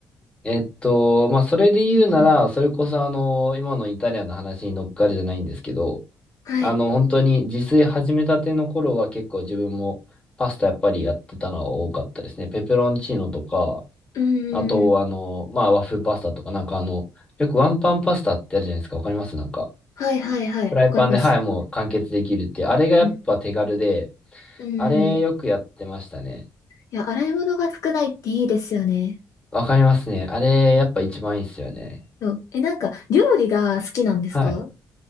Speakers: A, on the left; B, on the left.
A: えっと、まあ、それで言うなら、
B: うんうん。
A: それこそあの、今のイタリアンの話に乗っかるじゃないんですけど、
B: はい。
A: あの、本当に自炊始めたての頃は結構自分もパスタやっぱりやってたのは多かったですね。ペペロンチーノとか、
B: うんうんうん。
A: あと、あの、まあ、和風パスタとか、なんかあの、よくワンパンパスタってあるじゃないですか。わかりますなんか、
B: はいはいはい。わかりました。
A: フライパンで、はい、もう完結できるって、あれがやっぱ手軽で、
B: うん。うんうん。
A: あれよくやってましたね。
B: いや、洗い物が少ないっていいですよね。
A: わかりますね。あれ、やっぱ一番いいっすよね。
B: そう。え、なんか、料理が好きなんですか
A: はい。